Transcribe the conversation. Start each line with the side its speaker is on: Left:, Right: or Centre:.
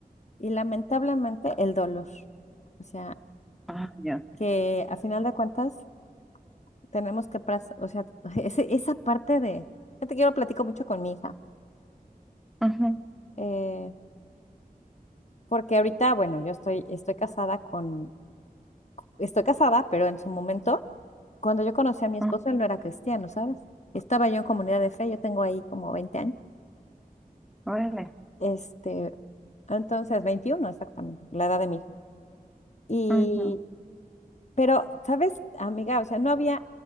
Left: y lamentablemente el dolor. O sea,
Centre: Ay, Dios.
Left: que a final de cuentas tenemos que, pas- o sea, <laughs> ese- esa parte de, yo te quiero platico mucho con mi hija,
Centre: Ujú,
Left: eh, porque ahorita, bueno, yo estoy, estoy casada con, estoy casada, pero en su momento, cuando yo conocí a mi esposo,
Centre: ujú.
Left: él no era cristiano, ¿sabes? Estaba yo en comunidad de fe, yo tengo ahí como 20 años.
Centre: Órale.
Left: Este, entonces, 21 exactamente, la edad de mi hijo. Y,
Centre: Ujú.
Left: pero, ¿sabes, amiga? O sea, no había,